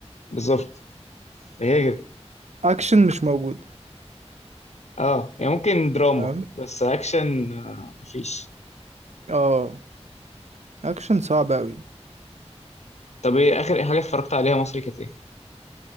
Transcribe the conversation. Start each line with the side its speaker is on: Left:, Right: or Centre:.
Left: بالظبط هي كده
Right: اكشن مش موجود
Left: اه يعني ممكن دراما
Right: تمام
Left: بس اكشن آه مفيش
Right: اه اكشن صعب اوي
Left: طب ايه اخر حاجه اتفرجت عليها مصري كانت إيه؟